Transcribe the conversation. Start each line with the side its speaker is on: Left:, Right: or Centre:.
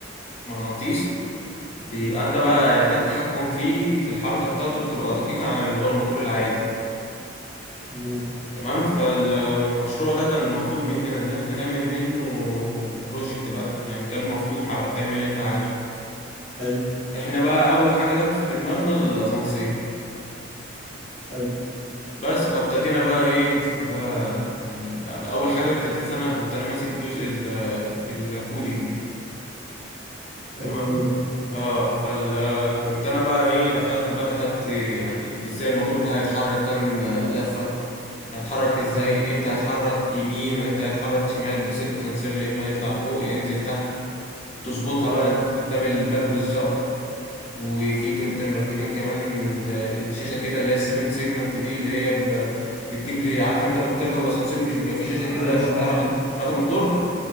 Left: مغناطيس بيبقى
Right: مم،
Left: انت بقى يعني ده التحكم فيه في الحركة بتاعته بتبقى دقيقة عن اللي هو الموتور العادي
Right: تمام
Left: تمام فالمشروع ده كان مطلوب مننا ان احنا نعمل منه بروجكت بقى يعني كان مفتوحة بقى تعمل اللي انت عايزه
Right: حلو
Left: احنا بقى اول حاجة جت في دماغنا الاسانسير
Right: حلو
Left: بس فابتدينا بقى ايه نشوف بقى يعني اول حاجة ابتديت انا كنت انا ماسك جزء ال- الكودينج
Right: حلو
Left: تمام
Right: قوي ده
Left: اه فال كنت انا بقى ايه دخلت بقى كتبت يعني ازاي الموتور ده هيتحرك كام لفة هيتحرك ازاي
Right: مم،
Left: امتى هيتحرك يمين وامتى هيتحرك شمال بحيث الاسانسير يا اما يطلع فوق يا ينزل تحت وتظبطها بقى
Right: تمام
Left: تقف قدام الباب بالظبط وفي كنت مركبين كمان شاشة كده اللي هي السيفن سيجمنت دي اللي هي ب- بتجيب لي عارف انت لما بتركب الاسانسير مش بيبقى في شاشة
Right: عارفها
Left: كده فيها رقم رقم الدور